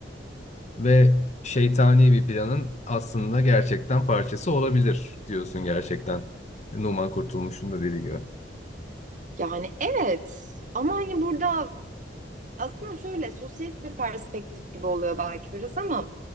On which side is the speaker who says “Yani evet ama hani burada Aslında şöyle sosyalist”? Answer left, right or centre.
Right